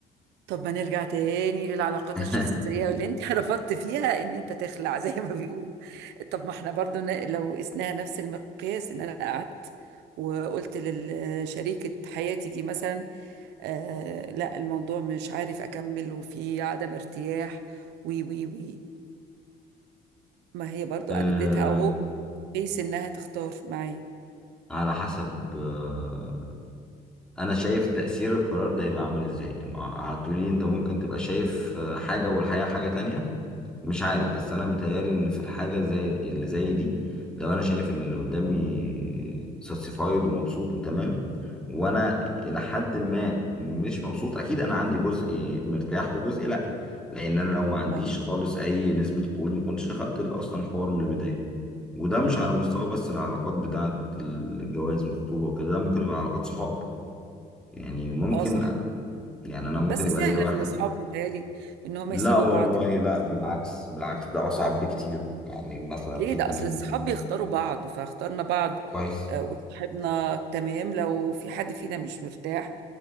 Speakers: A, on the right; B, in the centre.
A: طب ما نرجع تاني للعلاقات
B: <laughs>
A: الشخصية واللي انت <laughs> رفضت فيها ان انت تخلع زي ما بيقولوا طب ما احنا برضو ن- لو قسناها نفس المقياس ان انا قعدت وقلت لشريكة حياتي دي مثلا آه لا الموضوع مش عارف اكمل وفي عدم ارتياح وي وي وي ما هي برضو
B: آه،
A: انا اديتها اهو بحيث انها تختار معايا
B: على حسب آه، انا شايف تاثير القرار ده هيبقى عامل ازاي ما هتقولي انت ممكن تبقى شايف آه، حاجه والحقيقه حاجه تانية مش عارف
A: امم
B: بس انا متهيالي ان في الحاجه زي اللي زي دي لو انا شايف ان اللي قدامي ساتسفايد ومبسوط وتمام وانا الى حد ما مش مبسوط اكيد انا عندي جزء مرتاح وجزء لا لان انا لو ما عنديش
A: اه
B: خالص اي نسبه قبول ما كنتش دخلت ال- اصلا الحوار من البدايه وده مش
A: امم
B: على مستوى بس العلاقات بتاعه الجواز والخطوبه وكده ده ممكن يبقى علاقات صحاب يعني ممكن
A: اه صح
B: يعني انا ممكن
A: بس
B: يبقى
A: سهلة
B: ليا واحد
A: في الاصحاب متهيألي ان هم
B: لا
A: يسيبوا
B: والله
A: بعض
B: لا بالعكس بالعكس ده أصعب بكتير يعني مثلا
A: ليه
B: في
A: ده
B: اتنين
A: اصل الصحاب بيختاروا بعض فاخترنا بعض
B: كويس
A: آه، وصاحبنا تمام لو في حد فينا مش مرتاح